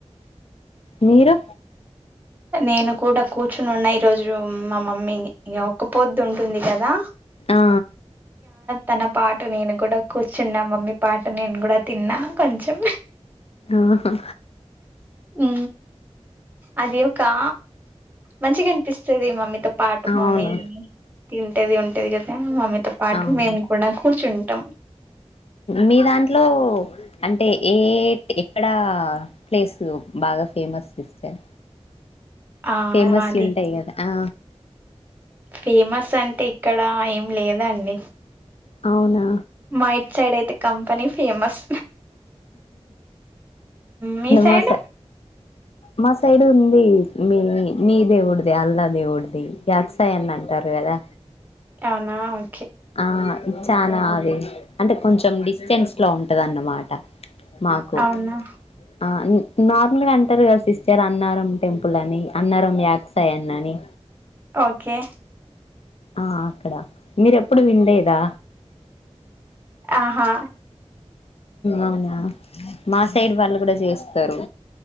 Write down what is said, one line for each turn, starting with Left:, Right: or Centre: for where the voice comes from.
Left: మీరు
Right: నేను కూడా కూర్చొని ఉన్నాయి ఈ రోజు మా మమ్మీని ఇక ఒక్క పొద్దు ఉంటుంది కదా
Left: ఆ
Right: తన పాట నేను కూడా కూర్చున్నా మమ్మీ పాట నేను కూడా తిన్నా కొంచెం
Left: ఆహా
Right: ఉ అది ఒకకా మంచిగా అనిపిస్తది మమ్మీతో పాటు
Left: అవును
Right: మమ్మీ తింటేదిింటే ది కదతే మమ తో పాటు
Left: అవును
Right: మేము కూడా కూర్చుం అట్టం
Left: మీ దాంట్లో అంటే ఏ ఎక్కడా ప్లేస్ బాగా ఫేమస్ సిస్టర్
Right: ఆ
Left: ఫేమస్
Right: మాది
Left: చయుంట ఇగదా ఆ
Right: ఫేమస్ అంటే ఇక్కడ ఏం లేదండి
Left: అవునా
Right: మైట్ సైడ్ అయితే కంపెనీ ఫేమస్ మీ సైడ్
Left: మాస మాస సైడ్ ఉంది మీ మీ దేవుడిదే అల్లా దేవుడిది యాక్సాయని అంటారు కదా
Right: అవునా వు
Left: ఆ చా అది అంటే కొంచెం డిస్టెన్స్ లో ఉంటది అన్నమాట మాకు
Right: అవునా
Left: ఆ నార్మల్గా అంటారు కదా సిస్టర్ అన్నారం టెంపుల్ అని అన్నారం యాక్సాయన్ అని
Right: ఓకే
Left: ఆ అక్కడ మీరు ఎప్పుడు వినలేదా
Right: ఆహా
Left: అవునా మా సైడ్ వాళ్ళు కూడా చేస్తారు